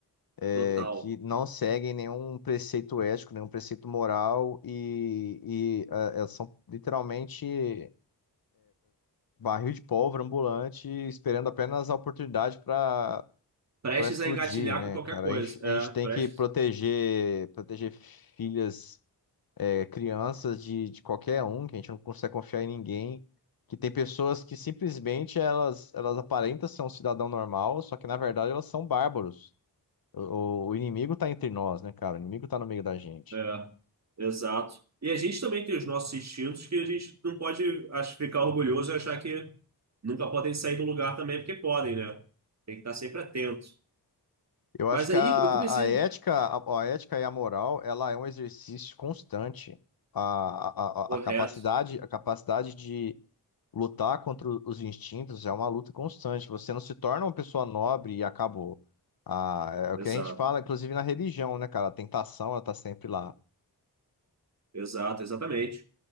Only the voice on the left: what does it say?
é,
que não seguem nenhum preceito ético, nenhum preceito moral, e, e ah, elas são literalmente. barril de pólvora ambulante, esperando apenas a oportunidade para
para explodir,
né,
cara?
A gente, a
gente tem
que proteger proteger filhas, é, crianças de, de qualquer um, que a gente não consegue confiar em ninguém. Que tem pessoas que simplesmente elas, elas aparentam ser um cidadão normal, só que na verdade elas são bárbaros. O, o- o inimigo tá entre nós, né, cara? O inimigo tá no meio da gente.
Eu acho
que
a,
a ética, a, a ética e a moral, ela é um exercício constante. A,
a, a a capacidade, a capacidade de lutar contra os instintos é uma luta constante. Você não se torna uma pessoa nobre e acabou. Ah, é o
que a gente fala, inclusive na religião, né, cara? A tentação, ela tá sempre lá.